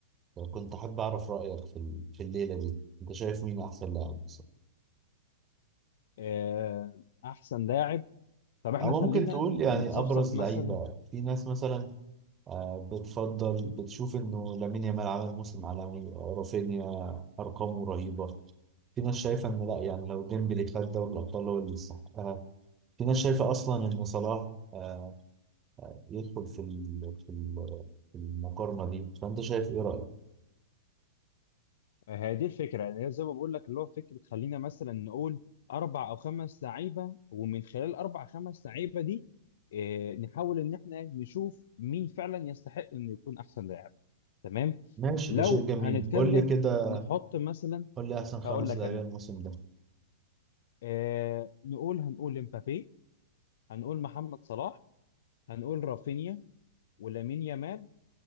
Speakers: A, on the right (about 25°); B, on the left (about 60°).
A: كنت حابب أعرف رأيك في ال- في الليلة دي أنت شايف مين أحسن لاعب مثلا؟
B: آه، احسن لاعب طب احنا
A: أو
B: خلينا
A: ممكن تقول يعني
B: نتصفصف
A: أبرز
B: مثلا
A: لعيبة في ناس مثلا آه، بتفضل بتشوف إنه لامين يامال عمل موسم عالمي آه، رافينيا أرقامه رهيبة في ناس شايفة إن لأ يعني لو ديمبلي خد دوري الأبطال هو اللي يستحقها في ناس شايفة أصلا إن صلاح آه، يدخل في ال- في ال- في المقارنة دي فأنت شايف إيه رأيك؟
B: آه، هي دي الفكره يعني هي زي ما بقول لك اللي هو فكره خلينا مثلا نقول اربع او خمس لعيبه ومن خلال اربع خمس لعيبه دي آه، نحاول ان احنا نشوف مين فعلا يستحق انه يكون احسن لاعب تمام
A: ماشي
B: لو
A: ده شيء جميل
B: هنتكلم
A: قول لي كده
B: نحط مثلا
A: قول لي أحسن خمس
B: هقول لك
A: لاعبين
B: انا
A: الموسم ده
B: آه، نقول هنقول امبابي هنقول محمد صلاح هنقول رافينيا ولامين يامال